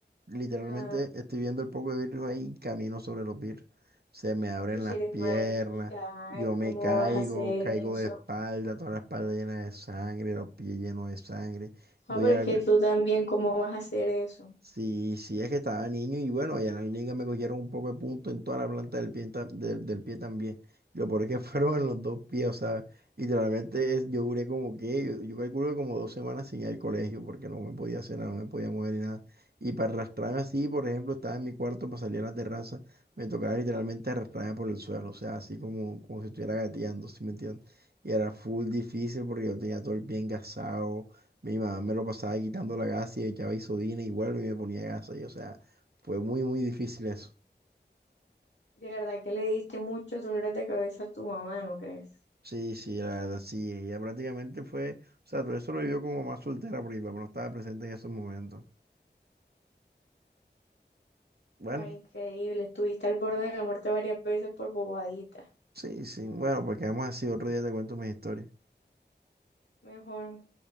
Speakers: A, on the right; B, on the left.
A: Literalmente
B: Ah,
A: estoy viendo el poco de vidrio ahí y camino sobre los vidrios. Se me abren
B: tú si
A: las
B: eres
A: piernas,
B: marica,
A: yo
B: ¿cómo
A: me caigo,
B: vas a hacer
A: caigo
B: eso?
A: de espalda, toda la espalda llena de sangre, los pies llenos de sangre.
B: Ah,
A: Voy
B: pero
A: a,
B: es que tú también, ¿cómo vas a hacer eso?
A: Sí, sí, es que estaba niño y bueno, allá en la liga me cogieron un poco de punto en toda la planta del pie, ta- del, del pie también. Lo peor es que <laughs> fueron en los dos pies, o sea, literalmente es- yo duré como que, yo, yo calculo que como dos semanas sin ir al colegio porque no me podía hacer nada, no me podía mover ni nada. Y para arrastrarme así, por ejemplo, estaba en mi cuarto para salir a la terraza, me tocaba literalmente arrastrarme por el suelo, o sea, así como, como si estuviera gateando, ¿sí me entiendes? Y era full difícil porque yo tenía todo el pie engasado mi mamá me lo pasaba quitando la gasa y echaba isodina y vuelvo y me ponía gasa. Y, o sea, fue muy, muy difícil eso.
B: De verdad que le diste muchos dolores de cabeza a tu mamá, ¿no crees?
A: Sí, sí, la verdad, sí. Ella prácticamente fue, o sea, todo eso lo vivió como mamá soltera porque mi papá no estaba presente en esos momentos. Bueno,
B: Ay, increíble, estuviste al borde de la muerte varias veces por bobadita.
A: sí, sí. Bueno, pues quedamos así. Otro día te cuento mis historias.
B: Mejor.